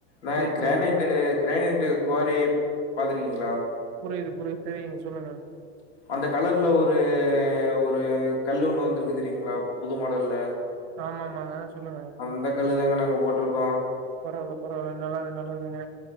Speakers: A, on the left; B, on the right.
A: நாங்க
B: சேரி
A: க்ராணட்டு
B: சேரிங்க
A: க்ராணட்டு குவாரி பாத்துருக்கீங்ளா
B: புரிது புரி தெரிது சொல்லுங்க
A: அந்த கலர்ல ஒரு ஒரு கல்லு ஒண்ணு வந்துருக்கு தெரியுங்ளா இப்ப புது மாடல்ல
B: ஆமா ஆமாங்க சொல்லுங்க
A: அந்த கல்லுதாங்க நாங்க போட்ருக்கோ
B: பரவால்ல பரவால்ல நல்லது நல்லதுங்க